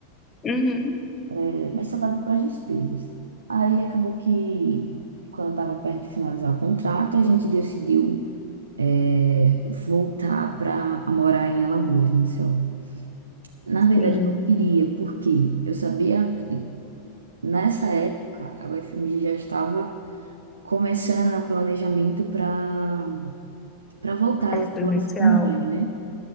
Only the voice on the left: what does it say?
Uhum,
sim.
Aula
presencial.